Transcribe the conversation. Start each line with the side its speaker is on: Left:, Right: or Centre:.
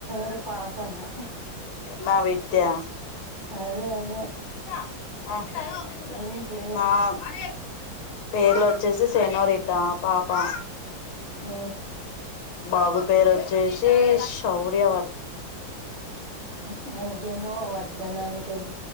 Right: రు పాపనా
Left: నా విద్య
Right: అదే అదే
Left: న్న
Right: ఏం
Left: అే
Right: పేర్లు
Left: పేర్ల వచ్చేసి సనోరిీతా పాపం
Right: ఆ
Left: బాబు పేరు వచ్చేసి శౌర్య వ
Right: ఎననికిమ వర్ధనని తెల్